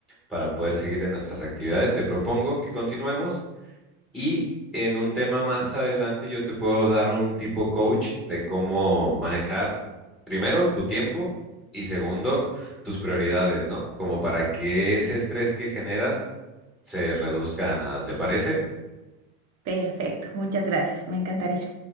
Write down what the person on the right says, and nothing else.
Perfecto, muchas gracias, me encantaría.